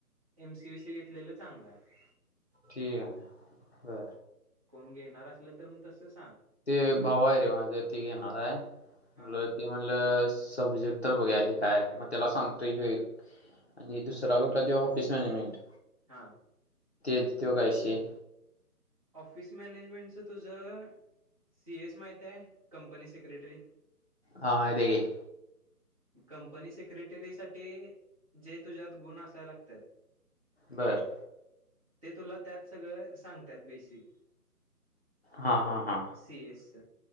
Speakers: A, on the right; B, on the left.
A: एम सी ब सी घेतलेलं चांगलं आहे...
B: ठीक आहे ब...
A: कोण घेणार असलं तर मग तसंच..
B: ते भावा आहे रे माझ ती घेणार आहे म्हटल
A: हां
B: ती म्हणलं... सब्जेक्ट तर बघुया काय मग त्याला सांगतोय ह्यो एक.. आणि दुसरा कुठला तो ऑफिस मॅनेजमेंट..
A: हा...
B: ते तो काय विषय...
A: ऑफिस मॅनेजमेंटचं तुझं... सी एस माहिती आहे कंपनी सेक्रेटरी...
B: हा अ..
A: कंपनी सेक्रेटरी साठी जे तुझ्यात गुण असाय लागतात...
B: बर...
A: ते तुला त्यात सगळं सांगतात बेसिक...
B: हा हा हा...
A: सी एसच